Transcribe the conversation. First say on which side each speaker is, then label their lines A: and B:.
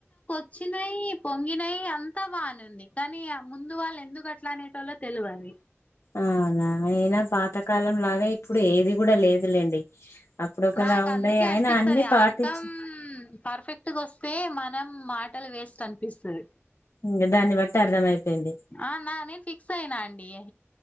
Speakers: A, on the left (about 30°); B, on the left (about 80°).
A: వచ్చినయి పొంగినాయి అంతా బాగానేంది కానీ ముందు వాళ్ళు ఎందుకు అట్లా అనేటోలో తెలువది.
B: అనా అయినా పాతకాలం లాగా ఇప్పుడు ఏది కూడా లేదులేండి. అప్పుడు ఒకలా
A: నాకు
B: ఉండే
A: అందుకే
B: ఆయన
A: అనిపిస్తది
B: అన్ని పాటించి
A: ఆనకం పర్ఫెక్ట్గా వస్తే మనం మాటలు వేస్ట్ అనిపిస్తది.
B: ఇంక దాన్ని బట్టి అర్థమయిపోయింది
A: ఆ నా నేను ఫిక్స్ అయినా అండి అ